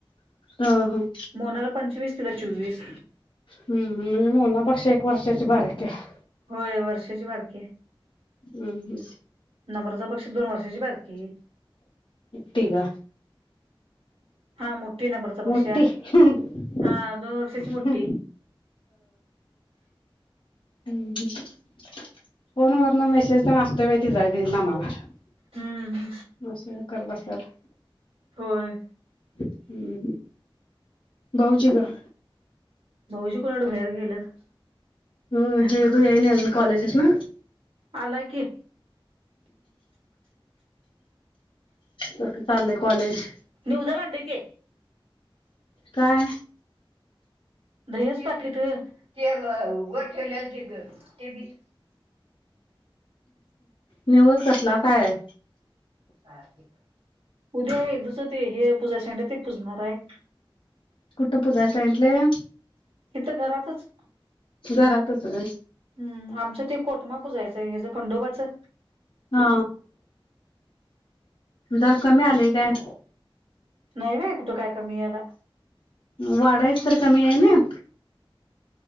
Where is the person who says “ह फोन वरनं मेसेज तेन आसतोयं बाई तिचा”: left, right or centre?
Left